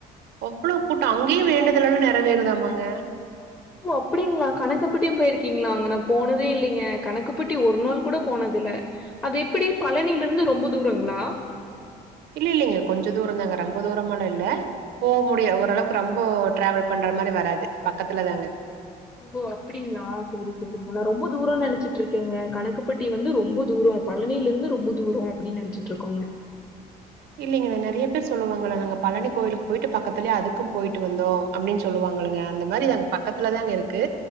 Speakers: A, on the right; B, on the left.
A: அவ்ளோ கூட்டம் அங்கயு வேண்டுதல் எல்லா நெறைவேறுதாமாங்க
B: ஓ அப்டிங்களா கணக்கம்ப்பட்டியு போயிருக்கீங்ளா அங்க நா போனதே இல்லைங்க கணக்கம்ப்பட்டி ஒரு நாள் கூட போனது இல்ல அது எப்புடி பழனில இருந்து ரொம்ப தூரங்ளா
A: இல்ல இல்லைங்க கொஞ்ச தூரதாங்க ரொம்ப தூரமெல்லா இல்ல போ முடியு ஓரளவுக்கு ரொம்ப டிராவல் பண்ற மாறி வராது பக்கத்துலதாங்க
B: ஓ அப்பிடிங்ளா சேரி சேரிங்க நா ரொம்ப தூரன்னு நெனச்சிட்டு இருக்கேங்க கணக்குப்பட்டி வந்து ரொம்ப தூரம் பழனில இருந்து ரொம்ப தூரோ அப்பிடின்னு நெனச்சிட்டு இருக்கோங்க
A: இல்லைங்களே நெறைய பேர் சொல்லுவாங்கல்ல நாங்க பழனி கோயிலுக்கு போயிட்டு பக்கத்துலயே அதுக்கும் போயிட்டு வந்தோ அப்டின்னு சொல்லுவாங்கல்லங்க அந்த மாறிதாங் பக்கத்துல தாங்க இருக்கு